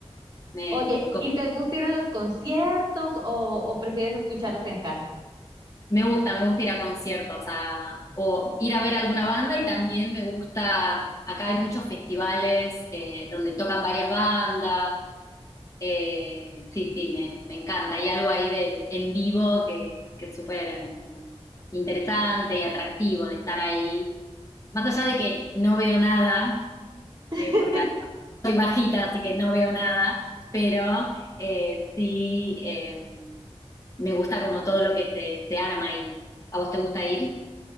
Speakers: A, on the left; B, on the right.
A: me,
B: Oye,
A: me, co-
B: ¿y te gusta ir a los conciertos o, o prefieres escucharlos en casa?
A: me gusta, me gusta ir a conciertos, a- o ir a ver alguna banda y también me gusta, acá hay muchos festivales eh, donde tocan varias bandas. Eh, sí, sí, me, me encanta. Hay algo ahí del en vivo que, que es súper eh, como interesante y atractivo de estar ahí. Más allá de que no veo nada,
B: <laughs>
A: eh, porque soy bajita, así que no veo nada, pero eh, sí eh, me gusta como todo lo que se, se arma ahí. ¿A vos te gusta ir?